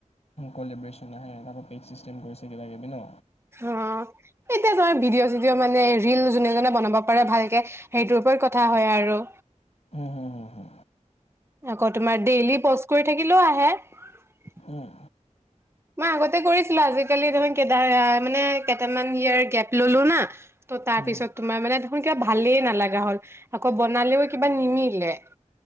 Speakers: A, on the left (about 55°); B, on the right (about 20°).
A: কলেব্ৰচেন আহে। পেইড চিষ্টেম কৰিছে বিনো
B: অ', এতিয়া যাৰ ভিডিঅ'-চিডিঅ' মানে ৰিল যোনে যোনে বনাব পাৰে ভালকে, সেইটোৰ ওপৰত কথা হয় আৰু
A: উম উম উম উম
B: আকৌ তোমাৰ ডেইলী প'ষ্ট কৰি থাকিলেও আহে, মই
A: উম,
B: আগতে কৰিছিলো, আজিকালি দেখোন, কেদা, মানে কেইটামান ইয়াৰ গেপ ললোঁ না, তো তাৰ
A: হুম,
B: পিছত
A: হুম,
B: তোমাৰ মানে দেখোন কিবা ভালেই নালাগা হ'ল, আকৌ বনালেও কিবা নিমিলে।